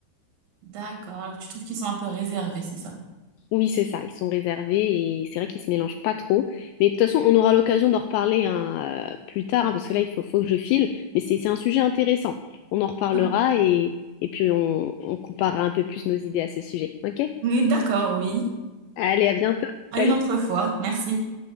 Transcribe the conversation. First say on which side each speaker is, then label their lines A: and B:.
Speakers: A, on the right; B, on the left.
A: D'accord. Alors tu trouves qu'ils sont un peu réservés, c'est ça?
B: Oui, c'est ça, ils sont réservés et c'est vrai qu'ils se mélangent pas trop. Mais de toute façon, on aura l'occasion d'en reparler hein, euh, plus tard, hein, parce que là, il faut, faut que je file, mais c'est c'est un sujet intéressant. On en reparlera
A: D'accord.
B: et, et puis on, on comparera un peu plus nos idées à ce sujet. OK?
A: Oui, d'accord, oui.
B: Allez, à bientôt.
A: À
B: Salut!
A: une autre fois. Merci.